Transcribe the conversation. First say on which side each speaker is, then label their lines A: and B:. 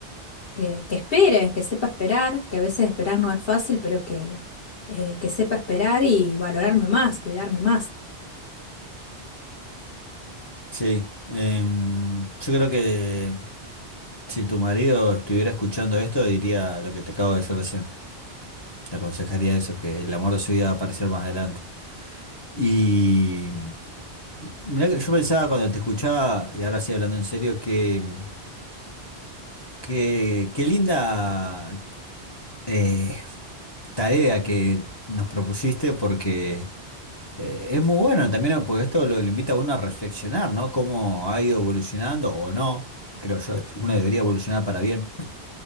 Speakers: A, on the left; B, on the left.
A: que, que espere, que sepa esperar, que a veces esperar no es fácil, pero que, eh, que sepa esperar y valorarme más, cuidarme más.
B: Sí, em, yo creo que si tu marido estuviera escuchando esto, diría lo que te acabo de decir recién. Te aconsejaría eso, que el amor de su vida va a aparecer más adelante. Y mirá que yo pensaba cuando te escuchaba, y ahora sí hablando en serio, que, que, qué linda, eh, tarea que nos propusiste porque eh, es muy bueno también, ¿no? porque esto lo, lo invita a uno a reflexionar, ¿no? Cómo ha ido evolucionando o no. Creo yo, uno debería evolucionar para bien